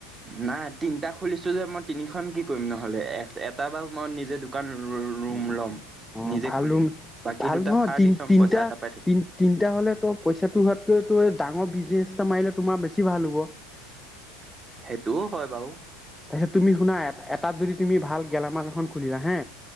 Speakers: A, on the right (about 20°); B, in the centre.
A: নাই তিনটা খুলিছিলোঁ মই তিনিখন কি কৰিম নহ'লে এট এট তাৰ পৰা মই নিজে দোকান ৰুম
B: অ
A: ল'ম
B: অ অ
A: নিজে
B: ভাল
A: খুলিম।
B: ৰুম
A: বাকী
B: ভাল
A: দুটা
B: নহয়
A: ভাড়া
B: তিন
A: দি থ'ম
B: তিনটা
A: পইচা এটা পাই থাকিম
B: তিন তিনটা হ'লেটো পইচাটো হোৱাতকৈ তোৰ ডাঙৰ বিজনেছ মাৰিলে তোমাৰ বেছি ভাল হ'ব।
A: সেইটোও হয় বাৰু।
B: তাৰপিছত তুমি শুনা এটাত যদি তুমি ভাল গেলামাল এখন খুলিবা হা।